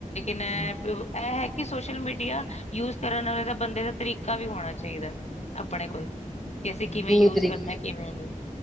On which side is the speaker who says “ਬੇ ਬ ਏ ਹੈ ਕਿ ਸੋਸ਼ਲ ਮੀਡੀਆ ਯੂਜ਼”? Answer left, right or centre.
Left